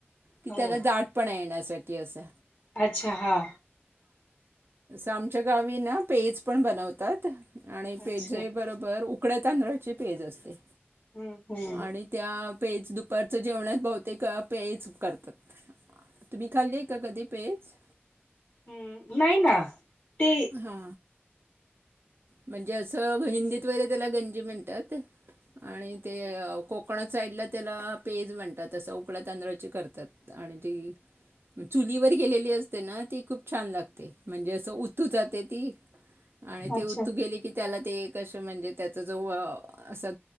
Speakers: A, on the right; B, on the left.
A: की
B: हो
A: त्याला जाटपणा येण्यासाठी असा.
B: अच्छा हा.
A: आमच्या गावी ना पेज पण बनवतात आणि
B: अच्छा
A: पेजे बरोबर.. उकड्या तांदळाची पेज असते
B: हम्म हम्म
A: आणि त्या... पेज दुपारच्या जेवणात बहुतेक पेज करतात. तुम्ही खाल्लीय का कधी पेज?
B: हम्म नाही ना. ते
A: हा. म्हणजे असं हिंदीत
B: अच्छा
A: वगैरे त्याला गंजी म्हणतात आणि ते कोकणात साईडला त्याला पेज म्हणतात असं उकळ्या तांदळाची करतात आणि जी... चुलीवर गेलेली असते ना ती खूप छान लागते. म्हणजे असं उतू जाते ती आणि
B: अच्छा
A: ते ऊत कि त्याला ते एक अशं म्हणजे त्याचा जो असं